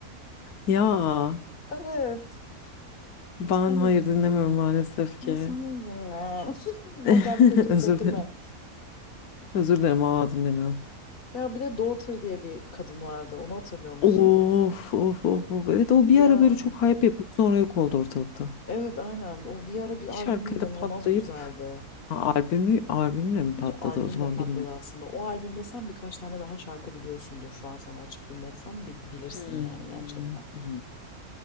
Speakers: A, on the left; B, on the left.
A: Ya
B: <laughs> Evet.
A: ben
B: Sen
A: hayır
B: de dinle.
A: dinlemiyorum maalesef ki.
B: Ya sen de dinle. <laughs>
A: <laughs>
B: Bana kendimi kötü
A: Özür
B: hissettirme.
A: dilerim. Özür dilerim aa dinlemiyorum.
B: Ya bir de Doğu diye bir kadın vardı. Onu hatırlıyor musun?
A: Of of of of. Evet o bir
B: Ya
A: ara böyle çok hype yapıp sonra yok oldu ortalıkta.
B: evet aynen. O bir ara bir albümü
A: Bir şarkıyla
B: inanılmaz
A: patlayıp
B: güzeldi.
A: ha, albümü albümle mi
B: Bir
A: patladı
B: albümle
A: o zaman
B: patladı
A: bilmiyorum.
B: aslında. O albümde sen birkaç tane daha şarkı biliyorsundur şu an sana açıp dinletsem bil- bilirsin
A: Hmm.
B: yani gerçekten.
A: Hmm.